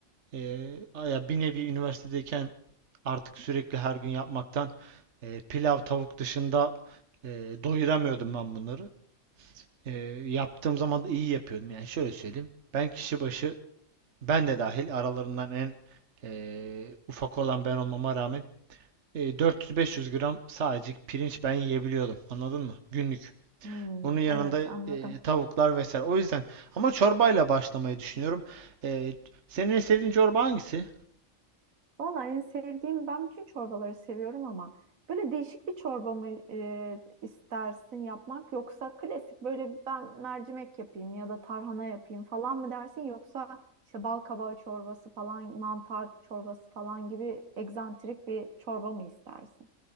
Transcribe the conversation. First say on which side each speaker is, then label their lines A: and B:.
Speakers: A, on the right; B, on the right.
A: eee, ya bir nevi üniversitedeyken artık sürekli her gün yapmaktan eee, pilav tavuk dışında eee, doyuramıyordum ben bunları. Eee, yaptığım zaman da iyi yapıyordum. Yani şöyle söyleyeyim. Ben kişi başı ben de dahil aralarından en eee, ufak olan ben olmama rağmen e, 400-500 gram sadece pirinç ben yiyebiliyordum. Anladın mı? Günlük.
B: Hmm,
A: Onun yanında
B: evet anladım.
A: e, tavuklar vesaire. O yüzden ama çorbayla başlamayı düşünüyorum. E, senin en sevdiğin çorba hangisi?
B: Vallahi en sevdiğim, ben bütün çorbaları seviyorum ama böyle değişik bir çorba mı e, istersin yapmak yoksa klasik böyle ben mercimek yapayım ya da tarhana yapayım falan mı dersin yoksa işte bal kabağı çorbası falan, mantar çorbası falan gibi egzantrik bir çorba mı istersin?